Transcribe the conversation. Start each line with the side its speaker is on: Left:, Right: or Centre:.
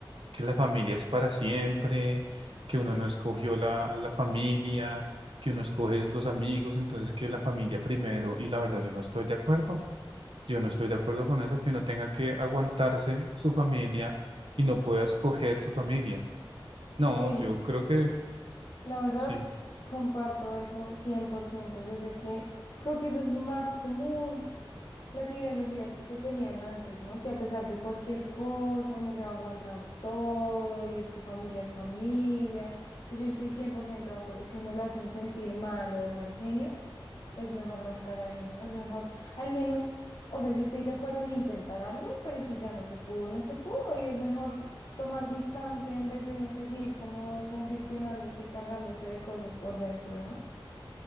Right: que la familia es para siempre, que uno no escogió la, la familia, que uno escoge es los amigos, entonces que la familia primero, y la verdad yo no estoy de acuerdo, yo no estoy de acuerdo con eso, que uno tenga que aguantarse su familia y no pueda escoger su familia. No,
Left: Sí.
Right: yo creo que
Left: La verdad,
Right: sí.
Left: comparto eso cien por ciento Yo sé que creo que eso es más común las ideologías que se tenían antes, ¿no? Que a pesar de cualquier cosa uno se va a aguantar todo y es que familia es familia. Yo estoy 100% de acuerdo, si uno lo hacen sentir mal o de mal genio, es mejor no estar ahí, ¿no? Es mejor, al menos, o sea, yo estoy de acuerdo en intentar algo, pero si ya no se pudo, no se pudo y es mejor tomar distancia en vez de uno seguir como congestionándose y cargándose de cosas por dentro, ¿no?